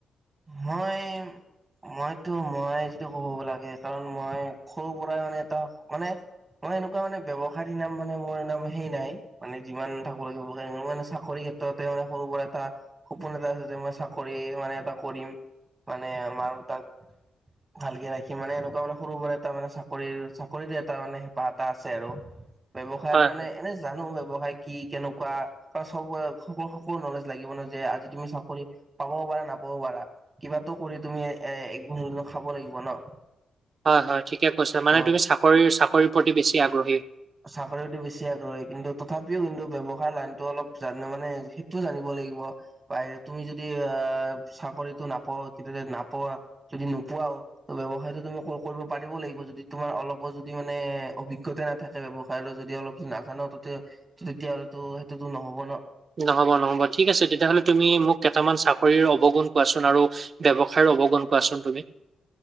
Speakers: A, on the right; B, on the right.
A: মই মইতো মই যিটো কব লাগে কাৰণ মই সৰুৰ পৰাই মানে এটা মানে মই এনেকুৱা মানে ব্যৱসায়ত নাম মানে মোৰবসেই নাই মানে যিমান থাকিব লাগে ম মানে চাকৰি ক্ষেত্ৰতে মানে সৰুৰ পৰা এটা সপোন এটা আছে যে মই চাকৰি মানে এটা কৰিম মানে মাৰ দেউতাক ভালকে ৰাখি মানে এনেকুৱা মানে সৰু পৰা এটা মানে চাকৰি চাকৰিৰে এটা মানে হেঁপাহ এটা আছে আৰু। ব্যৱসায়
B: হয়
A: মানে
B: হয়
A: এনে জানো ব্যৱসায়। কি কেনেকুৱা কাৰব সকলো নলেজ লাগিব ন যে আজি তুমি চাকৰি পাব পাৰা ন পাবও পাৰা কিবাতো কৰি তুমি এ একদিন হলেও খাব লাগিব ন।
B: হয় হয় ঠিকে কৈছা মানে
A: ত
B: তুমি চাকৰি চাকৰি প্ৰতি বেছি আগ্ৰহী।
A: চাকৰি প্ৰতি বেছি আগ্ৰহী কিন্তু তথাপিও কিন্তু ব্যৱসায় লাইনটো অলপ জানিলে মানে সেইটোও জানিব লাগিব বা তুমি যদি আহ চাকৰিতটো নাপাোৱা তেতিয়া নাপোৱা যদি নোপোৱাও ত ব্যৱসায় টো তুমি কৰিব পাৰিব লাগিব যদি তোমাৰ অলপো যদি মানে অভিজ্ঞতা নাথাকে। ব্যৱসায় ল যদি অলপ যদি নাজান তেতিয়াহ'লেতো সেইটোতো নহ'ব ন।
B: নহ'ব নহ'ব ঠিক আছে তেতিয়াহ'লে তুমি মোক কেইটামান চাকৰিৰ অৱগুণ কোৱাচোন আৰু ব্যৱসায়ৰ অৱগুণ কোৱাচোন তুমি।